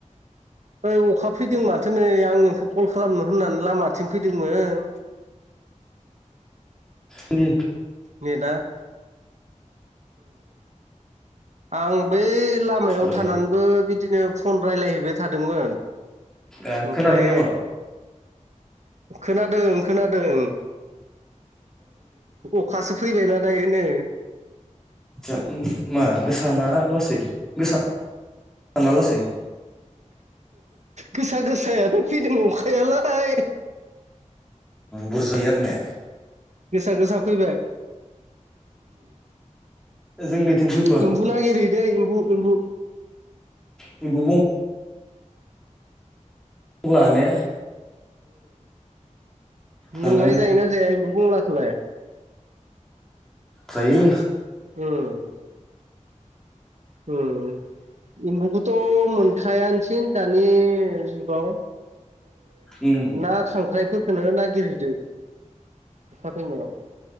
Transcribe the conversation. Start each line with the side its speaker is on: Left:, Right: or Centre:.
Right: ओइ अखा फैदों माथो नै आं नोंखौ कल खालामनो होननानै लामाथिं फैदोंमोन
Centre: द
Right: नै दा आं बै लामायाव
Centre: हेलौ
Right: थानानैबो बिदिनो फन रायलायहैबाय थादोंमोन
Centre: ए
Right: ओमफ्राय
Centre: खोनादों नामा
Right: खोनादों खोनादों अखासो फैबायनाा दायोनो
Centre: आ मा गोसाना लासै गोसााना लासै
Right: गोसा गोसायानो फैदों नंखायालाय
Centre: बुरजयार ने
Right: गोसा गोसा फैबाय
Centre: जोंनि थेंमफु
Right: एम्बु ना एरैदो एम्बु एम्बु
Centre: जोंबो अ्लानो जानो
Right: नोंलाय जायोना जायाबो बुंलाखौलाय
Centre: सायो
Right: हम उम एम्बुखौथ' मोनखायानोसिन दानि जुगाव
Centre: उम
Right: ना खांख्राइफोरखौो नागिरहैदो अखा फैनायाव